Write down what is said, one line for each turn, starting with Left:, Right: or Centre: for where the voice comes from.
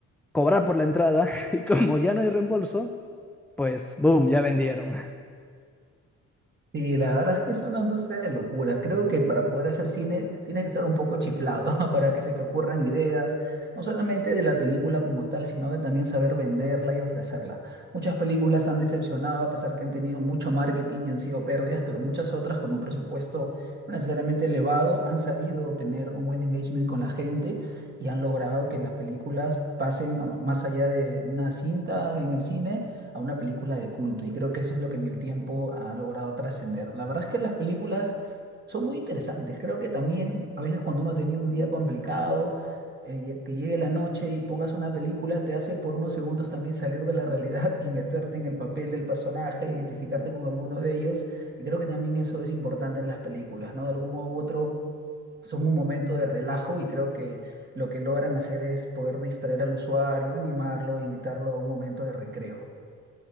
Centre: cobrar por la entrada <laughs> y como ya no hay reembolso, pues boom, ya vendieron. <laughs>
Right: Y la verdad es que es una industria de locura. Creo que para poder hacer cine tienes que estar un poco chiflado <laughs> para que se te ocurran ideas, no solamente de la película como tal, sino de también saber venderla y ofrecerla. Muchas películas han decepcionado a pesar que han tenido mucho marketing y han sido pérdidas, pero muchas otras con un presupuesto no necesariamente elevado han sabido tener un buen engagement con la gente y han logrado que las películas pasen a- más allá de una cinta en el cine a una película de culto y creo que eso es lo que en el tiempo ha logrado trascender. La verdad es que las películas son muy interesantes. Creo que también a veces cuando uno tenía un día complicado, eh, que llegue la noche y pongas una película, te hace por unos segundos también salir de la realidad y meterte en el papel del personaje, identificarte con alguno de ellos. Y creo que también eso es importante en las películas, ¿no? De algún modo u otro son un momento de relajo y creo que lo que logran hacer es poder distraer al usuario, animarlo, invitarlo a un momento de recreo.